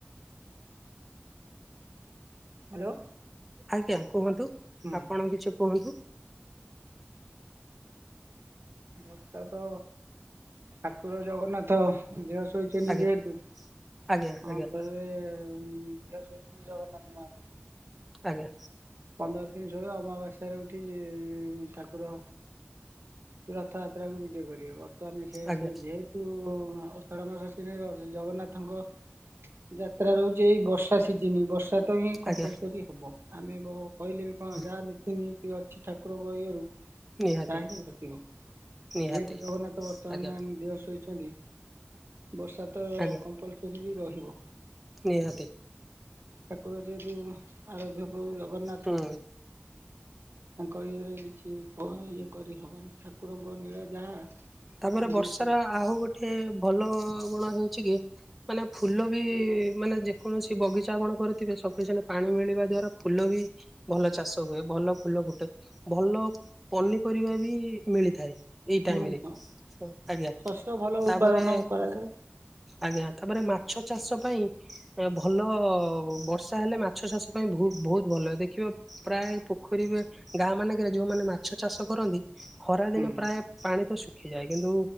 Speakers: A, on the right; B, in the centre.
A: ହ୍ୟାଲୋ।
B: ଆଜ୍ଞା କୁହନ୍ତୁ
A: ହୁଁ
B: ଆପଣ କିଛି କୁହନ୍ତୁ।
A: ବର୍ଷ ତ ଠାକୁର ଜଗନ୍ନାଥ ଦେହସ୍ ଶୋଇଛନ୍ତି
B: ଆଜ୍ଞା
A: ଯେହେତୁ
B: ଆଜ୍ଞା
A: ହ
B: ଆଜ୍ଞା
A: ଥରେ ଝିଅ ଶୋଇଛନ୍ତି ଜଗନ୍ନା ତ ମା
B: ଆଜ୍ଞା।
A: ପନ୍ଦର ଦିନି ଶୋଇ ଅମାବାସ୍ୟାରେ ଉଠି ଠାକୁର ସେ ରଥଯାତ୍ରାକୁ ବିଜେ କରିବେ ବର୍ତ୍ତମାନ ସେ
B: ଆଜ୍ଞା
A: ସେ ଯେହେ ଆଷାଢ ମାସ ଜଗନ୍ନାଥଙ୍କ ଯାତ୍ରା ରହୁଛି ଏଇ ବର୍ଷା ସିଜିନ ବର୍ଷା ସେଟ ହିଁ କମ୍ପଲସରି
B: ଆଜ୍ଞା
A: ହେବ ଆମେ କହିଲେ ବି କଣ
B: ହୁଁ
A: ଯାହା ନତିନି ଏ ଅଛି ଠାକୁରଙ୍କ ଇଏରୁ
B: ନିହାତି।
A: ତାହା ହିଁ ଘଟିବ ଯେହେତୁ
B: ନିହାତି
A: ଜଗନ୍ନାଥ ବର୍ତ୍ତମାନ
B: ଆଜ୍ଞା
A: ଦେହ ଶୋଇଛନ୍ତି ବର୍ଷା ତ
B: ଆଜ୍ଞା
A: କମ୍ପଲସରି ବି ରହିବ।
B: ନିହାତି।
A: ଠାକୁର ଯେହେତୁ ଆରାଧ୍ୟ ପ୍ରଭୁ ଜଗନ୍ନାଥ।
B: ହୁଁ
A: ତାଙ୍କ ଇଏରେ କିଛି ଇଏ କରିହବନି ଠାକୁରଙ୍କ ନୀଳା ଯାହା
B: ତାପରେ
A: ଆମେ
B: ବର୍ଷାର ଆଉ ଗୋଟେ ଭଲ ଗୁଣ ହଉଛି କି। ମାନେ ଫୁଲ ବି ମାନେ ଯେକୌଣସି ବଗିଚା ଆପଣ କରୁଥିବେ ସଫିସିଏଣ୍ଟ ପାଣି ମିଳିବା ଦ୍ଵାରା ଫୁଲ ବି ଭଲ ଚାଷ ହୁଏ ଭଲ ଫୁଲ ଫୁଟେ ଭଲ ପନିପରିବା ବି ମିଳିଥାଏ। ଏଇ
A: ହୁଁ
B: ଟାଇମରେ ଆଜ୍ଞା
A: ଶସ୍ୟ ଭଲ
B: ତାପରେ
A: ଉତ୍ପାଦନ କରାଯାଏ।
B: ଆଜ୍ଞା ତାପରେ ମାଛ ଚାଷ ପାଇଁ ଭଲ ବର୍ଷା ହେଲେ ମାଛ ଚାଷ ପାଇଁ ବହୁତ ଭଲ ଦେଖିବ ପ୍ରାୟ ପୋଖରୀରେ ଗାଁ ମାନଙ୍କରେ ଯୋଉମାନେ ମାଛ ଚାଷ କରନ୍ତି ଖରା
A: ହୁଁ
B: ଦିନେ ପ୍ରାୟ ପାଣି ତ ଶୁଖିଯାଏ କିନ୍ତୁ